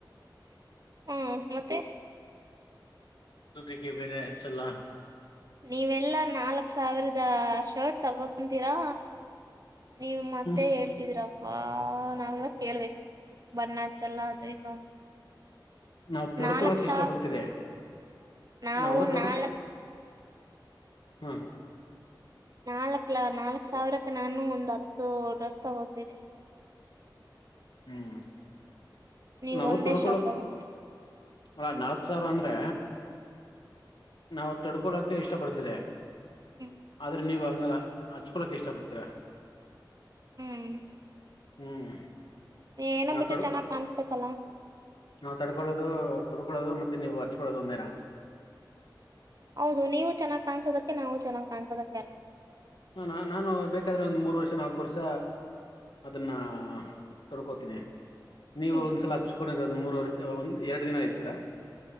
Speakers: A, on the right (about 50°); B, on the left (about 75°).
A: ಹಾ ಮತ್ತೆ
B: ುಟಿಿಗೆ ಬೇರೆ ಚಲ್ಲ
A: ನೀವೆಲ್ಲಾ ನಾಲ್ಕ್ ಸಾವಿರದ ಶರ್ಟ್ ತಗೊಂತೀರಾ ನೀವ್ ಮತ್ತೆ
B: ಹ್ಮ್
A: ಹೇಳ್ತಿದಿರ ಬಾ ನಾವ ಕೇಳ್ಬೇಕು ಬಣ್ಣ ಹಚ್ಚಲ್ಲ ಅದು ಇದು ಅಂತ
B: ನಾವವು್ ತೊಡ್ಕೊಳಕ್
A: ನಾಲ್ಕ್ ಸಾ
B: ಇಷ್ಟ ಪಡ್ತೀರಿ
A: ನಾವು
B: ನಾವವು ತೊಡ್
A: ನಾಲ್ಕ್
B: ಹ್ಮ್
A: ನಾಲ್ಕ್ ಲ ನಾಲ್ಕ್ ಸಾವಿರಕ್ಕೆ ನಾನು ಒಂದ್ ಹತ್ತು ಡ್ರೆಸ್ ತಗೋತಿದೀನಿ
B: ಹ್ಮ್
A: ನೀವ್
B: ನಾವು
A: ಒಂದೇ
B: ತೊಡ್ಕೊಳ್ಳು
A: ಶರ್ಟ್ ತಗೊಂಡಿರ
B: ಹ ನಾಲ್ಕ್ ಸಾವಿರ ಅಂದ್ರೆ ನಾವು ತಡ್ಕೊಳಕ್ಕೆ ಇಷ್ಟ ಪಡ್ತಿದೆ
A: ಹ್ಮ್
B: ಆದ್ರೆ ನೀವ ಅಂಗಲ್ಲ ಹಚ್ಕೊಳಕ್ ಇಷ್ಟ ಪಡ್ತೀರಾ
A: ಹ್ಮ್
B: ಹ್ಮ್
A: ಏನೋ
B: ನಾವ್
A: ಬಿಟ್ಟು
B: ತಡ್
A: ಚೆನ್ನಾಗ್ ಕಾಣಸ್ಬೇಕಲ್ಲ
B: ನಾವ್ ತಡ್ಕೊಳ್ಳೋದು ತೊಡ್ಕೊೊಳ್ಳೋದು ಮತ್ತೆ ನೀವು ಹಚ್ಕೊಳ್ಳೋದು ಒಂದೇನಾ
A: ಹೌದು ನೀವು ಚೆನ್ನಾಗ್ ಕಾಣಸೋದಕ್ಕೆ ನಾವವು ಚೆನ್ನಾಗ್ ಕಾಣಸೋದಕ್ಕೆ ಅಲ್
B: ಹಾ ನಾನು ಬೇಕಾದ್ರೆ ಒಂದ್ ಮೂರ್ ವರ್ಷ ನಾಲ್ಕ ವರ್ಷ ಅದನ್ನ ತೊಡ್ಕೋತೀನಿ ನೀವು
A: ಹ್ಮ್
B: ಒಂದ್ಸಲ ಹಚ್ಕೊಂಡಿರ ಮೂರ್ ವರ್ಷ ಒಂದ್ ಎರಡ್ ದಿನ ಇರ್ತೀರಾ